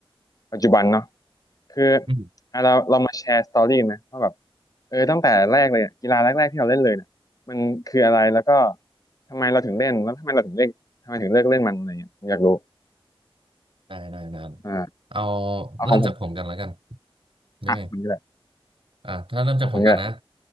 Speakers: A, on the left; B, on the right.
A: ปัจจุบันเนาะคือ
B: อืม
A: อ่ะเราเรามาแชร์สตอรี่กันไหมว่าแบบเออตั้งแต่แรกเลยอะกีฬาแรกๆที่เราเล่นเลยเนี่ยมันคืออะไรแล้วก็ทำไมเราถึงเล่นแล้วทำไมเราถึงเล่นทำไมถึงเลิกเล่นมันอะไรเงี้ยผมอยากรู้
B: ได้ได้ได้
A: อ่า
B: เอา
A: เอาของผม
B: เริ่มจากผมกันแล้วกันนี่
A: อ่ะของคุณก็ได้
B: อ่ะถ้าเริ่มจากผมกันนะ
A: ขอบคุณครับ